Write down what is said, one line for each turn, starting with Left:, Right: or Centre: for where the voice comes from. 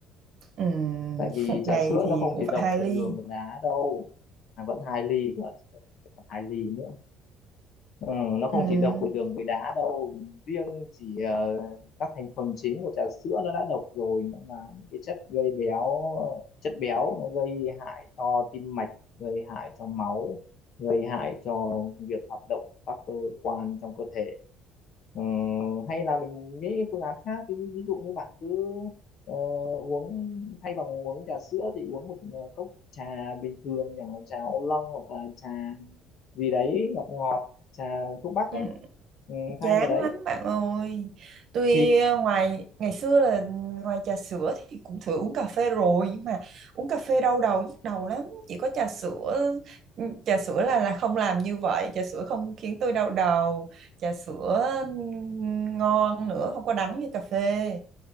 Right: ừm,
Left: tại vì
Right: <laughs> một
Left: trà
Right: ngày
Left: sữa
Right: thì
Left: nó không
Right: cũng
Left: chỉ
Right: phải
Left: độc
Right: hai
Left: ở
Right: ly
Left: đường và đá đâu à, vẫn hai ly cơ còn hai ly nữa ừ, nó không
Right: Ừm,
Left: chỉ độc về đường với đá đâu riêng chỉ ờ, các thành phần chính của trà sữa nó đã độc rồi nó là những cái chất gây béo chất béo nó gây hại cho tim mạch gây hại cho máu gây hại cho việc hoạt động của các cơ quan trong cơ thể Ờ, hay là mình nghĩ phương án khác đi ví dụ như bạn cứ ờ, uống thay bằng uống trà sữa thì uống một ờ, cốc trà bình thường chẳng hạn trà ô long hoặc là trà gì đấy ngọt ngọt trà thuốc bắc
Right: ừm,
Left: ấy ừ, thay
Right: Chán
Left: vào đấy
Right: lắm bạn ơi. Tuy
Left: thì
Right: ờ, ngoài ngày xưa là ngoài trà sữa thì cũng thử uống cà phê rồi nhưng mà uống cà phê đau đầu nhức đầu lắm. Chỉ có trà sữa ừ, trà sữa là là không làm như vậy, trà sữa không khiến tôi đau đầu, trà sữa ừm, ngon nữa, không có đắng như cà phê.